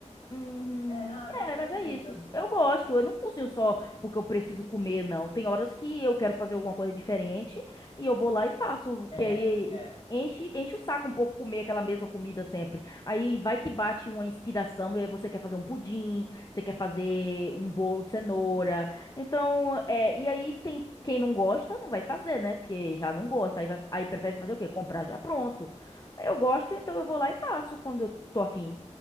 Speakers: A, on the left; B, on the left.
A: Uhum.
B: É, ah,
A: É,
B: não, mas
A: mas
B: eu entendo.
A: é isso.
B: às vezes-
A: Eu gosto. Eu não cozinho só porque eu preciso comer, não. Tem horas que eu quero fazer alguma coisa diferente e eu vou lá e faço,
B: É,
A: que aí
B: é.
A: enche, enche o saco um pouco comer aquela mesma comida sempre. Aí vai que bate uma inspiração e aí você quer fazer um pudim, você quer fazer um bolo de cenoura. Então, é, e aí tem quem não gosta, não vai fazer, né? Porque já não gosta. Aí, vai- aí prefere fazer o quê? Comprar já pronto. Eu gosto, então eu vou lá e faço quando eu tô afim.